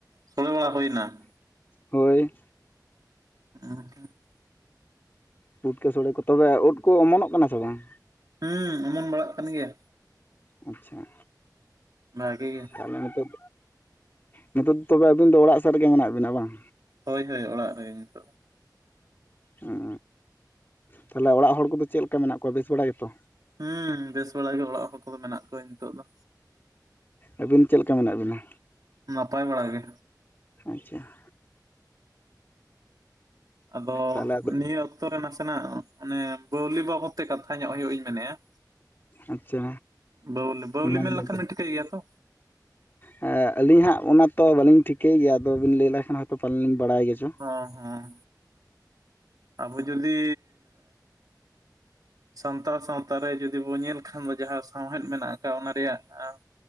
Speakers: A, on the right (about 60°); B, on the left (about 30°).
A: ᱥᱳᱲᱮ ᱵᱟᱲᱟ ᱦᱳᱭᱱᱟ ᱾
B: ᱦᱳᱭ,
A: <inaudible>
B: ᱯᱩᱴᱠᱟᱹ ᱥᱳᱲᱮ ᱠᱚ, ᱛᱚᱵᱮ ᱩᱫ ᱠᱚ ᱚᱢᱚᱱᱚᱜ ᱠᱟᱱᱟ ᱥᱮ ᱵᱟᱝ?
A: ᱦᱩᱸ, ᱚᱢᱚᱱ ᱵᱟᱲᱟᱜ ᱠᱟᱱ ᱜᱮᱭᱟ,
B: ᱟᱪᱪᱷᱟ,
A: ᱵᱦᱟᱜᱮ ᱜᱮ,
B: ᱛᱟᱦᱚᱞᱮ ᱱᱤᱛᱚᱜ ᱱᱤᱛᱚᱜ ᱫᱚ ᱛᱚᱵᱮ ᱟᱹᱵᱤᱱ ᱫᱚ ᱚᱲᱟᱜ ᱥᱮᱜ ᱨᱮ ᱜᱮ ᱢᱮᱱᱟᱜ ᱵᱤᱱᱟ ᱵᱟᱝ?
A: ᱦᱳᱭ ᱦᱳᱭ ᱚᱲᱟᱜ ᱨᱮ ᱱᱤᱛᱳᱜ ᱾
B: ᱦᱚᱸ ᱛᱟᱦᱚᱞᱮ ᱚᱲᱟᱜ ᱦᱚᱲ ᱠᱚ ᱫᱚ ᱪᱮᱫ ᱞᱮᱠᱟ ᱢᱮᱱᱟᱜ ᱠᱚᱣᱟ? ᱵᱮᱥ ᱵᱟᱲᱟ ᱜᱮ ᱛᱚ
A: ᱦᱩᱸ ᱵᱮᱥ ᱵᱟᱲᱟ ᱜᱮ ᱚᱲᱟᱜ ᱦᱚᱲ ᱠᱚ ᱫᱚ ᱢᱮᱱᱟᱜ ᱠᱚᱣᱟ ᱱᱤᱛᱳᱜ ᱫᱚ
B: ᱟᱹᱵᱤᱱ ᱪᱮᱫ ᱞᱮᱠᱟ ᱢᱮᱱᱟᱜ ᱵᱤᱱᱟ?
A: ᱱᱟᱯᱟᱭ ᱵᱟᱲᱟ ᱜᱮ,
B: ᱟᱪᱷᱟ,
A: ᱟᱫᱚ
B: ᱛᱟᱦᱚᱞᱮ ᱟᱫᱚ
A: ᱱᱤᱭᱟᱹ ᱚᱠᱛᱚ ᱨᱮ ᱱᱟᱥᱮᱱᱟᱜ ᱚᱱᱮ ᱯᱟᱹᱣᱞᱤ ᱵᱟᱵᱚᱜ ᱛᱮ ᱠᱟᱛᱷᱟ ᱧᱚᱜ ᱦᱳᱭᱳᱜ ᱤᱧ ᱢᱮᱱᱮᱜᱼᱟ ᱾
B: ᱟᱪᱪᱷᱟ
A: ᱵᱟᱹᱣᱞ ᱵᱟᱹᱣᱞᱤ
B: ᱢᱮᱱᱫᱟᱹᱧ
A: ᱢᱮᱱ ᱞᱮᱠᱷᱟᱱ ᱴᱷᱤᱠᱟᱹᱭ ᱜᱮᱭᱟ ᱛᱚ?
B: ᱦᱮ ᱟᱹᱞᱤᱧ ᱦᱟᱸᱜ ᱚᱱᱟ ᱛᱚ ᱵᱟᱹᱞᱤᱧ ᱴᱷᱤᱠᱟᱹᱭ ᱜᱮᱭᱟ ᱟᱫᱚ ᱵᱤᱱ ᱞᱟᱹᱭ ᱞᱮᱠᱷᱟᱱ ᱦᱚᱭ ᱛᱚ ᱯᱟᱞᱮᱱ ᱞᱤᱧ ᱵᱟᱲᱟᱭ ᱜᱮ ᱪᱚ,
A: ᱦᱚᱸ ᱦᱚᱸ, ᱟᱵᱚ ᱡᱚᱫᱤ ᱥᱟᱱᱛᱟᱲ ᱥᱟᱶᱛᱟ ᱨᱮ ᱡᱩᱫᱤ ᱵᱚᱱ ᱧᱮᱞ ᱠᱷᱟᱱ ᱫᱚ ᱡᱟᱦᱟᱸ ᱥᱟᱶᱦᱮᱫ ᱢᱮᱱᱟᱜ ᱟᱠᱟᱜ ᱚᱱᱟ ᱨᱮᱭᱟᱜ ᱟ ᱾